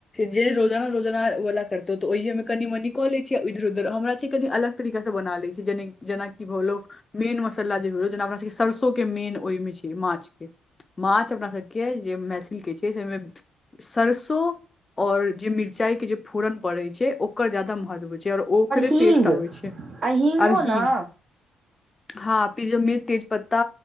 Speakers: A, on the left; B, on the right.
A: जे रोजाना रोजाना वला करतौ तऽ ओहिये मऽ कनि मनि कऽ लै छिय इधर उधर हमरा छै कनि अलग तरीका से बना लै छिये जेना कि भऽ गेलौ मेन म साला जे भेलौ जेना अपना सबके सरसो केँ मेन ओय मे छै माछ केँ माछ अपना सभके जे मैथिल केँ छै से ओहिमे सरसो आओर जे मिरचाई केँ जे फोरन पड़े छै ओकर जादा महत्व छै आओर ओकरे
B: हींग
A: टेस्ट
B: आ
A: आबै छै आओर
B: हींगो
A: हिंग
B: ने
A: हॉं <unintelligible> जमी तेज पत्ता